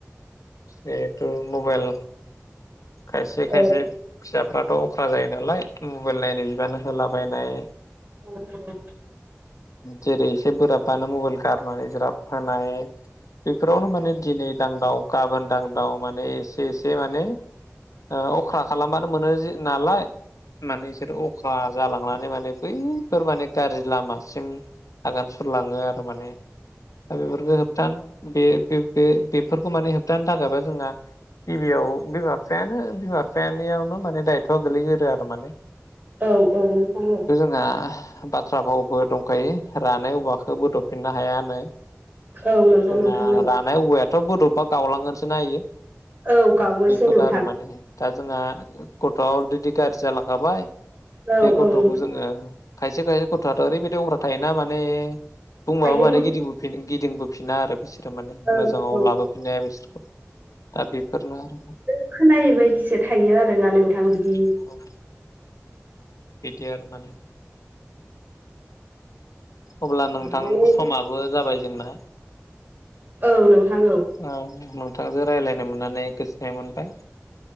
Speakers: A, on the left (about 90°); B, on the right (about 35°).
A: जिहेथु मबाइल खायसे
B: औ नोंथां
A: खायसे फिसाफ्राथ अखा जायो नालाय मबाइल नायनो बिबान होलाबायनाय
B: औ औ
A: जेरै एसे बोराबानो मबाइल गारनानै ज्राब होनाय बेफोरावनो माने दिनै दांदाव गाबोन दांदाव माने एसे एसे माने अख्रा खालामबानो मोनो नालाय माने बिसोरो अ- जालांनानै माने बैफोर माने गाज्रि लामासिम आगान सुरलाङो आरो माने दा बेफोरखौ होबथानो बे बे बेफोरखौ माने होबथानो थाखायबा जोंना गिबियाव बिमा बिफायानो बिमा बिफानियावनो माने दायथआ गोगलैग्रोरो आरो माने
B: औ औ नोंथां औ
A: आ बाथ्रा भावबो दंखायो रानाय औवाखौ बोदफिननो हायाानो
B: औ नंगौ
A: जोंना
B: नोंथां नंगौ
A: रानाय औवायाथ बदबबा गावलांगोनसो ना इयो।
B: औ गावोसो
A: बेफोर
B: नोंथां
A: आरो माने दा जोंहा गथ'आ अलरेडि गाज्रि जालांखाबाय
B: औ
A: बे गथ'खौ
B: औ नोंथां
A: जोङो खायसे खायसे गथ'आथ ओरैबायाददि अख्रा थायोना माने बुंबाबो
B: थायो
A: माने
B: नोंथां
A: गिदिर गिदिंबोफिना आरो। बिसोरो माने
B: औ
A: मोजाङाव
B: औ
A: लाबोफिननो हाया बिसोरखौ दा बेफोरनो आरो।
B: खोनायि बायदिसो थायो आर ना नोंथां।
A: <unintelligible>
B: बिदि
A: बिदि आरो माने। अब्ला नोंथां
B: माने
A: समाबो जाबाय जोंना।
B: औ नोंथां
A: औ नोंथांजों रायज्लायनो मोननानै गोजोननाय मोनबाय।